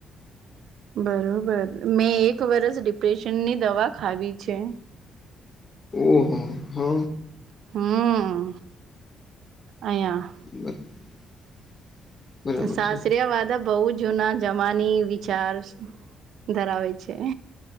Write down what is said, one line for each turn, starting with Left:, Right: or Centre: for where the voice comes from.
Right: બરોબર મેં એક વરસ ડિપ્રેશનની દવા ખાવી છે.
Left: ઓહો! હહ
Right: હમ અહીંયા
Left: <inaudible>
Right: સાસરિયા
Left: છે
Right: વાદા બહુ જૂના જમાની વિચાર ધરાવે છે.